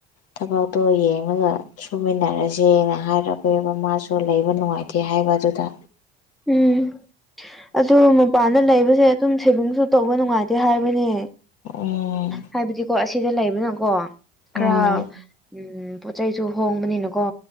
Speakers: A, on the left; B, in the centre.
A: ꯊꯕꯛꯇꯣ ꯌꯦꯡꯂꯒ ꯁꯨꯃꯤꯟꯅꯔꯖꯦꯅ ꯍꯥꯏꯔꯛꯄꯦꯕ ꯃꯥꯁꯨ ꯂꯩꯕ ꯅꯨꯡꯉꯥꯏꯇꯦ ꯍꯥꯏꯕ ꯑꯗꯨꯗ
B: ꯎꯝ ꯑꯗꯨ ꯃꯄꯥꯟꯗ ꯂꯩꯕꯁꯦ ꯑꯗꯨꯝ ꯁꯦꯚꯤꯡꯁꯨ ꯇꯧꯕ ꯅꯨꯡꯉꯥꯏꯇꯦ ꯍꯥꯏꯕꯅꯦ
A: ꯎꯝ
B: ꯍꯥꯏꯕꯗꯤꯀꯣ ꯑꯁꯤꯗ ꯂꯩꯕꯅꯀꯣ ꯈꯔ
A: ꯎꯝ
B: ꯎꯝ ꯄꯣꯠ ꯆꯩꯁꯨ ꯍꯣꯡꯕꯅꯤꯅꯀꯣ